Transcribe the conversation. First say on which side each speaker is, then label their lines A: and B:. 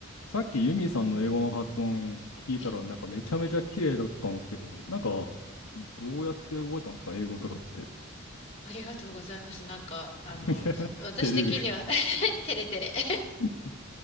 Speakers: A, on the left (about 80°); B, on the left (about 25°).
A: さっきユミさんの英語の発音聞いたらなんかめちゃめちゃ綺麗だったんですけど、
B: え、
A: なんかどうやって覚えたんですか英語とかって。
B: ありがとうございます。なんか、あの、
A: <laughs> いや、
B: 私的には
A: 照れる。
B: <laughs> テレテレ。<laughs>
A: <laughs>